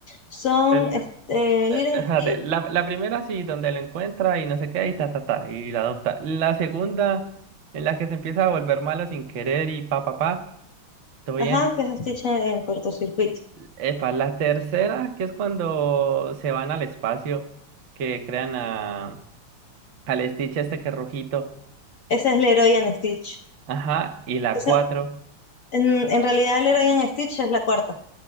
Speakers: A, on the left; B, on the right.
A: Son
B: Es-
A: este, Lilo
B: eh,
A: y
B: espérate,
A: Stitch.
B: la, la primera sí, donde lo encuentra y no sé qué, y ta, ta, ta, y la adopta. La segunda, en la que se empieza a volver malo sin querer y pa, pa, pa, todo
A: Ajá,
B: bien.
A: que es Stitch en, en cortocircuito.
B: Epa, la tercera, que es cuando se van al espacio, que crean a, al Stitch este que es rojito.
A: Esa es Leroy and Stitch.
B: Ajá, y la
A: Esa,
B: cuatro.
A: en, en realidad Leroy and Stitch es la cuarta.